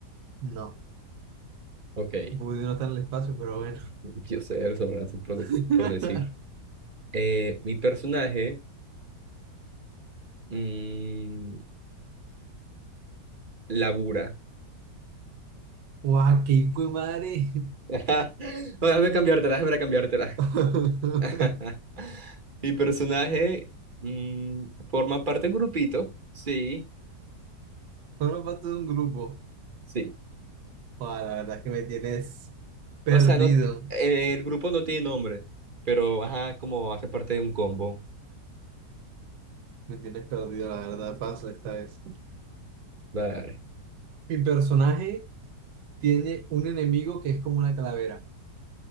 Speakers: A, on the right; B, on the right.
A: No,
B: Ok.
A: pude notar el espacio, pero bueno.
B: Yo sé sobre por, des-
A: <laughs>
B: por decir. Eh, mi personaje mm, labura.
A: Guau, qué hijo de madre.
B: <laughs> No, déjame cambiártela, déjame cambiártela.
A: <laughs>
B: <laughs> Mi personaje mm, forma parte de un grupito. Sí,
A: Formo parte de un grupo.
B: sí.
A: Joder, la verdad es que me tienes perdido.
B: O sea, no, t- el grupo no tiene nombre, pero ajá, como hace parte de un combo.
A: Me tienes perdido, la verdad, paso esta vez.
B: Vale.
A: Mi personaje tiene un enemigo que es como una calavera.